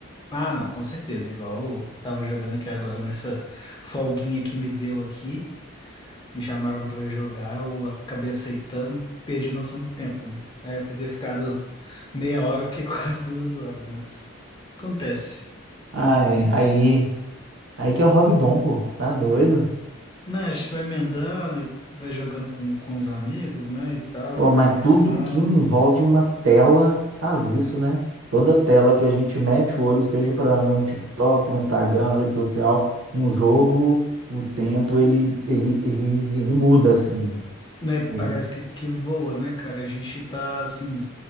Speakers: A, on the left; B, on the right.
A: Ah, não, com certeza. Igual eu tava jogando aqui agora nessa folguinha que me deu aqui. me chamaram pra jogar, eu acabei aceitando e perdi a noção do tempo, né? Era pra ter ficado meia hora, eu fiquei <laughs> quase duas horas, mas acontece.
B: Ah, é, aí, aí que é um hobby bom, pô, tá doido?
A: Né, a gente vai emendando e vai jogando com, com os amigos, né, e tal,
B: Pô,
A: vai
B: mas
A: conversando.
B: tudo que envolve uma tela faz isso, né? Toda tela que a gente mete o olho, seja para ver um TikTok, um Instagram, rede social, um jogo, o tempo, ele, ele, ele, ele muda, assim.
A: Né, parece
B: É.
A: que, que voa, né, cara? A gente tá assim,